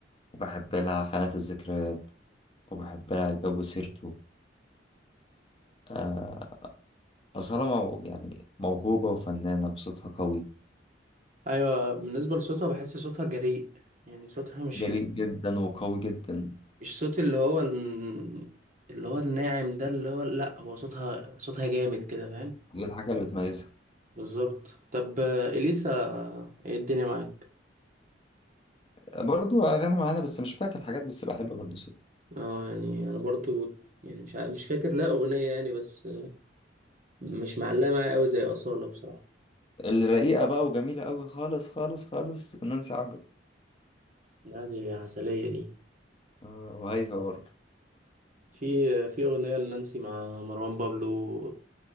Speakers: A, on the left; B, on the right.
A: وبحب لها خانات الذكريات وبحب لها جو سيرته آه، أصالة مو يعني موهوبة وفنانة وصوتها قوي
B: أيوة بالنسبة لصوتها بحس صوتها جريء يعني صوتها مش
A: جريء جدا وقوي جدا
B: مش صوت اللي هو ال- اللي هو الناعم ده اللي هو لأ هو صوتها صوتها جامد كده فاهم
A: دي الحاجة اللي بتميزها
B: بالظبط طب آه، إليسا إيه الدنيا معاك؟
A: برضو أغاني معانا بس مش فاكر حاجات بس بحب برضو صوتها
B: اه يعني أنا برضو يعني مش ع- مش فاكر لها أغنية يعني بس مش معلقة معايا قوي زي أصالة بصراحة
A: الرقيقة بقى وجميلة قوي خالص خالص خالص نانسي عجرم
B: لا دي عسلية دي
A: آه، وهيفا برضو
B: في في أغنية لنانسي مع مروان بابلو